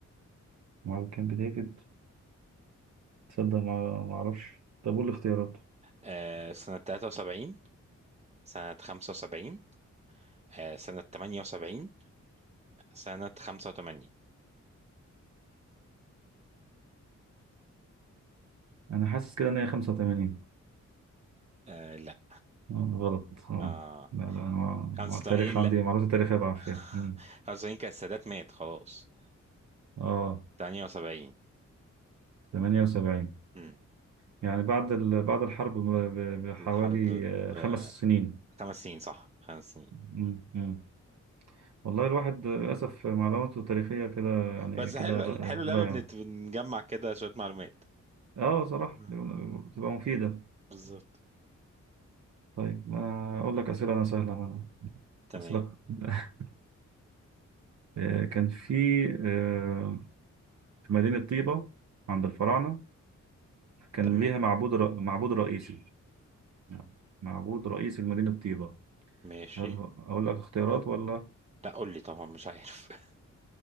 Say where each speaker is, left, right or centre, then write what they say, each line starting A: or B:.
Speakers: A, on the right; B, on the right.
A: وعلى كامب ديفيد تصدق ما ما اعرفش طب قول الاختيارات
B: آه، سنة 73 سنة 75 آه، سنة 78 سنة 85
A: انا حاسس كده ان هي 85
B: آه لا
A: آه، غلط آه.
B: آه
A: لا لا أنا ما...
B: 85
A: ما التاريخ
B: لا
A: عندي معلومات التاريخية بعافية
B: <laughs>
A: مم.
B: 75 كان السادات مات خلاص
A: اه
B: 78
A: 78
B: مم.
A: يعني بعد ال... بعد الحرب ب- ب- بحوالي
B: الحرب
A: آه،
B: ب-
A: خمس سنين
B: خمس سنين صح خمس سنين
A: مم. مم. والله الواحد للأسف معلوماته التاريخية كده يعني
B: بس
A: كده
B: حلو
A: بقى
B: حلو اللعبة
A: ضايعة
B: بنت... بنجمع كده شوية معلومات
A: اه صراحة
B: مم.
A: بتبقى مفيدة
B: بالظبط
A: طيب ما أقول لك أسئلة أنا سهلة ما-
B: تمام
A: أسئلة <laughs> آه، كان في آه، في مدينة طيبة عند الفراعنة كان
B: تمام
A: ليها معبود ر... معبود رئيسي نعم. معبود رئيسي لمدينة طيبة
B: ماشي
A: هل هو- أقول لك اختيارات ولا
B: لا قول لي طبعا مش عارف <laughs>